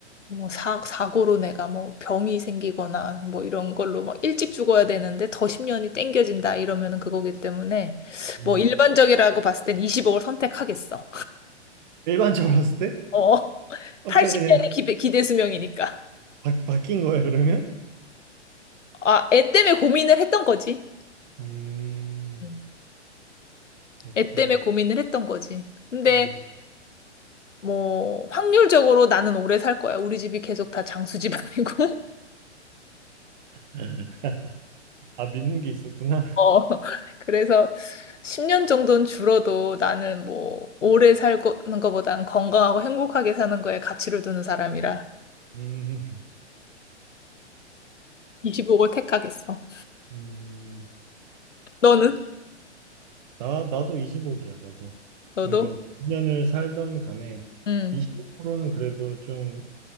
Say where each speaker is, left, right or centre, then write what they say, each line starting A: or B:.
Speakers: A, on the left (about 85°); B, on the right (about 40°).
A: 뭐 사, 사고로 내가 뭐 병이 생기거나 뭐 이런 걸로 막 일찍 죽어야 되는데 더 10년이 땡겨진다 이러면은 그거기 때문에
B: 음.
A: 뭐 일반적이라고 봤을 땐2억를 선택하겠어.
B: 일반적으로 봤을 때
A: 어. <laughs>
B: 아까
A: 80년이
B: 그냥
A: 기대 수명이니까.
B: 바, 바뀐 거야 그러면?
A: 아, 애 때문에 고민을 했던 거지.
B: 음
A: 음.
B: 그렇구나.
A: 애 때문에 고민을 했던 거지. 근데
B: 음.
A: 뭐 확률적으로 나는 오래 살 거야. 우리 집이 계속 다 장수 집안이고. <laughs>
B: <laughs> 아 믿는 게 있었구나.
A: 어. 그래서 10년 정도는 줄어도 나는 뭐 오래 살는 거보단 건강하고 행복하게 사는 거에 가치를 두는 사람이라
B: 음,
A: 25억을 택하겠어.
B: 음.
A: 너는?
B: 나 나도 25기야 나도.
A: 너도?
B: 그러니까 몇 년을 살던 간에
A: 응.
B: 25로는 그래도 좀